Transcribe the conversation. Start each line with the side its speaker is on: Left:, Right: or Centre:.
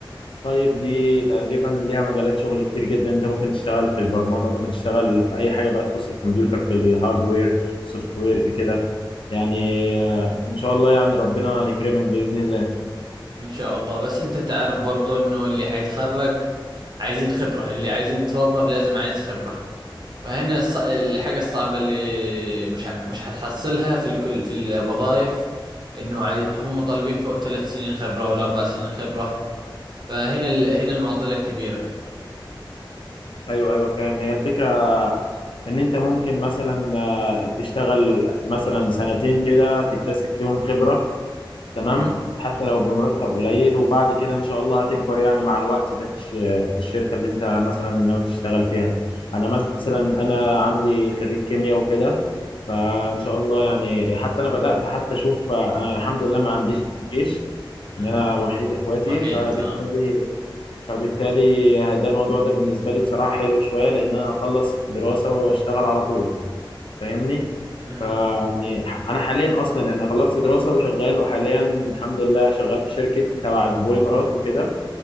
Left: طيب دي تقريبا ليها مجالات شغل كتير جدا انت ممكن تشتغل في البرمجة ممكن تشتغل في اي حاجة بقى تخص الكمبيوتر في الهاردوير سوفت وير كده يعني آه، ان شاء الله يعني ربنا يكرمك بإذن الله
Right: ان شاء الله بس انت تعرف برضو انه اللي هيتخرج عايزين خبرة اللي عايزين يتوظف لازم عايز خبرة فهنا الص- الحاجة الصعبة اللي مش ه- مش هتحصلها في الكل في الوظائف انه عايز هم طالبين فوق ثلاث سنين خبرة ولا اربع سنين خبرة فهنا ال... هنا المعضلة الكبيرة
Left: ايوه ايوه فاهم هي الفكرة ان انت ممكن مثلا آه، تشتغل مثلا سنتين كده تكتسب فيهم خبرة تمام
Right: مم.
Left: حتى
Right: مهم.
Left: لو بمرتب قليل وبعد كده ان شاء الله هتكبر يعني مع الوقت ده في الش- في الشركة اللي انت مثلا ناوي تشتغل فيها انا مثلا انا عندي خريج كيمياء وكده فان شاء الله يعني حتى انا بدات حتى اشوف انا الحمد لله ما عنديش جيش
Right: مهم.
Left: ان انا وحيد اخواتي
Right: وحيد
Left: فبالتالي
Right: اه
Left: فبالتالي ده الموضوع ده بالنسبه لي بصراحه حلو شويه لان انا اخلص دراسه واشتغل على طول فاهمني
Right: مهم.
Left: فيعني انا حاليا اصلا يعني خلصت دراسه وشغال وحاليا الحمد لله شغال في شركه تبع البوليمرات وكده